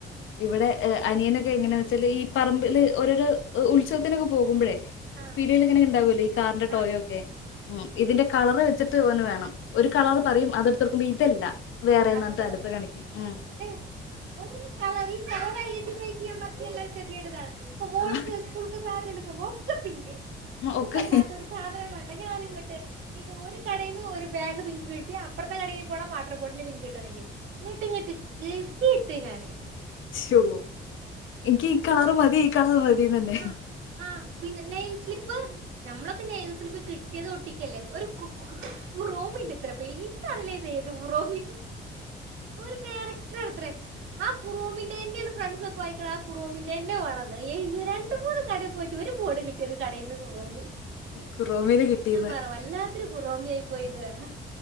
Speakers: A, on the left; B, on the right.
A: ഇവിടെ അനിയനൊക്കെ എങ്ങനെയന്ന് വെച്ചാല് ഈ പറമ്പില് ഓരോരോ ഉത്സവത്തിനൊക്കെ പോകുമ്പഴേ
B: ആഹ്
A: പീടിയേൽ ഇങ്ങനെ ഉണ്ടാവല്ലോ ഈ കാറിന്റെ ടോയ്
B: ആഹ്
A: ഒക്കെ ഇതിന്റെ കളർ വെച്ച് ത് ഓന് വേണം ഒരു കളർ
B: ആഹ്
A: പറയും അതെടുത്തുകൊടുക്കുമ്പയി ഇതല്ല വേറെ എന്നിട്ട്
B: അത് കളർ
A: അടുത്ത കാണിക്കും ഉമ്
B: ഏഹ് ഒരു കളറും ഈ കളർ ഐഡന്റിറ്റിഫൈ ചെയ്യാൻ പറ്റ്ണ്ല്ല ഒരു കെത്യേട് ഇതാണ് ഇപ്പം മോൾക്
A: ആ,
B: ഉസ്കൂൾക്കു സാനം എടുക്കുമ്പോ ഒക്കെ പിങ്ക് പിങ്കല്ലാത്തൊരു
A: ഒക്കെ
B: സാധനം വേ ണ്ട ഞാന് ഇങ്ങട്ട് ഇത് ഒരു കടേന്ന് ഒരു ബാഗ് പിങ്ക് കിട്ടി അപ്പ പ്പറത്തെ കടേ പോണം വാട്ടർബോട്ട് ല് പിങ്ക് കിട്ടണെങ്കിൽ നിട്ടങ്ങിട്ട് ഗതി തികെട്ട് ഞാന്
A: ശോ എനിക്ക് ഈ കളറ്
B: വെർ
A: മതി ഈ കളർ മതി തീ നന്നെ
B: ആഹ് ആഹ് പിന്നെ നെയിംസ്ലിപ്പ് ഞമ്മളൊക്കെ നെയിം സ്ലിപ്പ് കിട്ടിയത് ഒട്ടിക്കല്ലേ ഒരു കു കു കുറോമ് ഇണ്ടത്രേ എനിക്കറിയില്ല ഇത് ഏത്കുറോമിൻ ഒരു ക്യാരക്ടർ ആണത്രേ ആ കുറോമിന്റെന്നെയാണ് ഫ്രണ്ട്സ് ഒക്കെ വാങ്ങിക്കണ ആ കുറോമിന്റെന്നെ വേണംന്ന് <unintelligible> രണ്ട് മൂന്ന് കടേ പോയിട്ട് ഒരു ബോർഡ് കി ഒരു കടേന്ന് കുറോമി
A: കുറോമീനെ കിട്ടീന്ന്
B: ഞാൻ പറ വല്ലാത്തൊരു കുറോമിയായി പോയിത് പറഞ്ഞ്